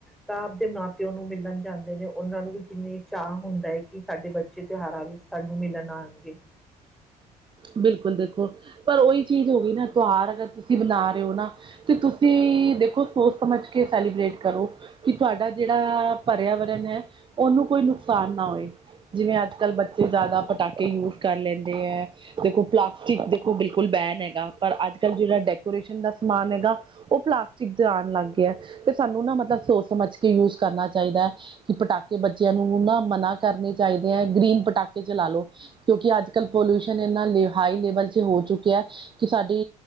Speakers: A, in the centre; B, on the right.
A: ਤਾਂ ਅਵਦੇ ਮਾਂ-ਪਿਓ ਨੂੰ ਮਿਲਨ ਜਾਂਦੇ ਨੇ ਓਨਾਂ ਨੂੰ ਵੀ ਕਿੰਨੀ ਚਾਅ ਹੁੰਦਾ ਐ ਕਿ ਸਾਡੇ ਬੱਚੇ ਤੇਹਾਰਾਂ ਵਿੱਚ ਸਾਨੂੰ ਮਿਲਨ ਆਨਗੇ।
B: ਬਿਲਕੁਲ ਦੇਖੋ ਪਰ ਓਈ ਚੀਜ਼ ਹੋ ਗਈ ਨਾ ਤੋਹਾਰ ਅਗਰ ਤੁਸੀਂ ਬਨਾ ਰਏ ਓ ਨਾ ਤੇ ਤੁਸੀਂ ਦੇਖੋਂ ਸੋਚ ਸਮਝ ਕੇ ਸੈਲੀਬ੍ਰੇਟ ਕਰੋ ਕਿ ਤੁਆਡਾ ਜੇੜਾ ਭਰੇਆ ਵਾ ਵਰਨ ਐ ਓਨੂੰ ਕੋਈ ਨੁਕਸਾਨ ਨਾ ਹੋਏ ਜਿਵੇਂ ਅੱਜ-ਕੱਲ ਬੱਚੇ ਬੱਚੇ ਜ਼ਾਅਦਾ ਪਟਾਕੇ ਯੂਜ਼ ਕਰ ਲੈਂਦੇ ਐ ਦੇਖੋਂ ਪਲਾਸਟਿਕ ਦੇਖੋਂ ਬਿਲ ਕੁਲ ਬੈਨ ਹੈਗਾ ਪਰ ਅੱਜ-ਕੱਲ ਜੇੜਾ ਡੈਕੋਰੇਸ਼ਨ ਦਾ ਸਮਾਨ ਹੈਗਾ ਓ ਪਲਾਸਟਿਕ ਦੇ ਆਨ ਲਾਗੇਆ। ਤੇ ਸਾਨੂੰ ਨਾ ਮਤਲਬ ਸੋਚ ਸਮਝ ਕੇ ਯੂਜ਼ ਕਰਨਾ ਚਾਈਦੈ ਕਿ ਪਟਾਕੇ ਬੱਚੇਆਂ ਨੂੰ ਨਾ ਮਨਾਂ ਕਰਨੇ ਚਾਈਦੇ ਐ ਗ੍ਰੀਨ ਪਟਾਕੇ ਚਲਾ ਲੋ ਕਿਓਂਕਿ ਅੱਜ-ਕੱਲ ਪੋਲਿਊਸ਼ਨ ਏਨਾ ਹਾਈ ਲੇਵਲ ਚ ਹੋ ਚੁੱਕੇਆਂ ਕਿ ਸਾਡੀ